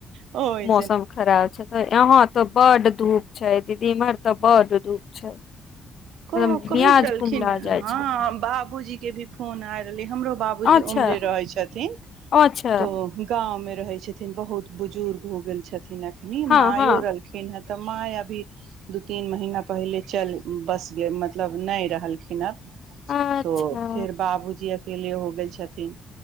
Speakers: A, on the right; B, on the left.
A: हां ए।
B: मौसम खराब छै त यहां तो बड धूप छै। दीदी इमहर तऽ बड धूप छै।
A: कहा
B: एकदम
A: कहैत
B: मियाज
A: रहलखिन
B: कुमला
A: ए
B: जाइ
A: हां
B: छै
A: बाबूजी। के भी फोन आए रहले हय। हमरो बाबूजी
B: अच्छा
A: उम्हरे रहे छथीन
B: अच्छा
A: तो गाम में रहै छथिन बहुत बुजुर्ग हो गेल छै। थीन अखनी
B: हँ
A: मायो
B: हँ
A: रहलखिन हय। तऽ माइ अभी दू तीन महीना पहिले चल बस गेल मतलब नै रहलखिन अब।
B: अच्छा
A: तो फेर बाबूजी अ अकेले हो गेल छथिन।